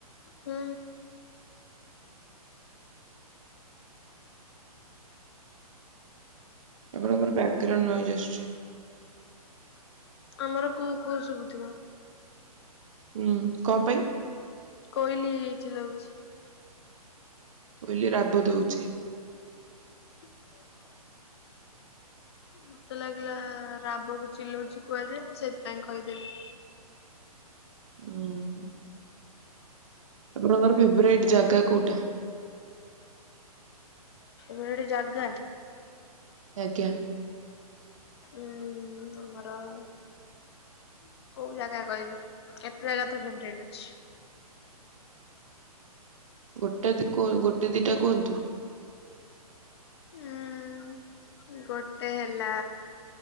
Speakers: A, on the left (about 40°); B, on the right (about 55°).
A: ହୁଁ
B: ଆପଣଙ୍କର ବାକଗ୍ରାଉଣ୍ଡ ନୋଏଜ ଆସୁଛି
A: ଆମର କୋଉ କୋଉ ସବୁ ଥିବ
B: ହୁଁ କଣ ପାଇଁ
A: କୋଇଲି ଚିଲଉଛି।
B: କୋଇଲି ରାବ ଦଉଛି।
A: <inaudible> ମତେ ଲାଗିଲା ରାବକୁ ଚିଲଉଛି କୁହାଯାଏ। ମୁଁ ସେଥିପାଇଁ କହିଦେଲି।
B: ଉଁ ହୁଁ <inaudible> ଆପଣଙ୍କର ଫେବରାଇଟ୍ ଜାଗା କୋଉଟା।
A: ଫେବରାଇଟି ଜାଗା।
B: ଆଜ୍ଞା।
A: ଉଁ ଆମର <inaudible> କୋଉ ଜାଗା କହିବି କେତେ ଜାଗା ତ ଫେରାଇଟି ଅଛି।
B: ଗୋଟେ ଦି କୁ ଗୋଟେ ଦିଟା କୁହନ୍ତୁ।
A: ଉଁ ଗୋଟେ ହେଲା।